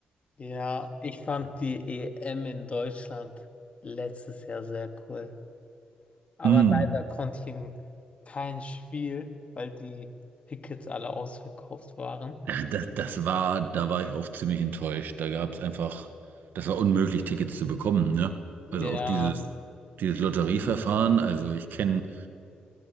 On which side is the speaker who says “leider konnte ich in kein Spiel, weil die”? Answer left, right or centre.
Left